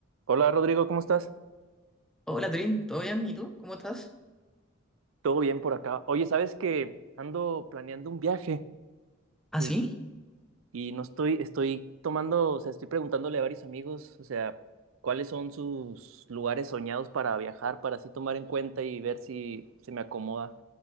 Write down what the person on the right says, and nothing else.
Hola Rodrigo, ¿cómo estás?
¿Todo bien por acá? Oye, ¿sabes que ando planeando un viaje
y,
y no estoy, estoy tomando, o sea, estoy preguntándole a varios amigos, o sea, cuáles son sus lugares soñados para viajar, para así tomar en cuenta y ver si se me acomoda.